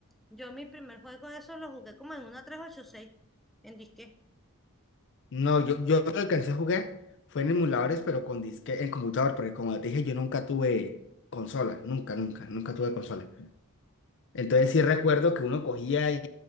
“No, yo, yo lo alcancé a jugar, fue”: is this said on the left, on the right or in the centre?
Left